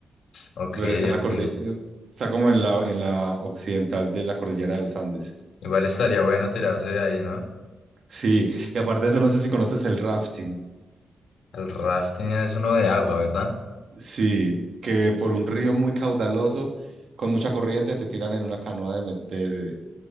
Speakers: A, on the left; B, on the right.
A: Ok,
B: pero está en la
A: ok.
B: cordillera, está como en la en la occidental de la cordillera de los Andes.
A: Igual estaría bueno tirarse de ahí, ¿no?
B: Sí, y aparte de eso, no sé si conoces el rafting.
A: El rafting es uno de agua, ¿verdad?
B: Sí, que por un río muy caudaloso, con mucha corriente, te tiran en una canoa de, me- de-